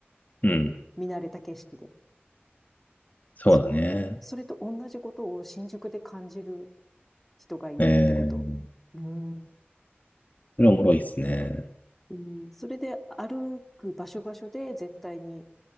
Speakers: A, on the left; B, in the centre.
A: うん。
B: 見慣れた景色で。
A: そうだね。
B: そう。それと同じことを新宿で感じる人がいるってこと。
A: えー、
B: うん。
A: それおもろいっすね。
B: うん。それで歩く場所場所で絶対に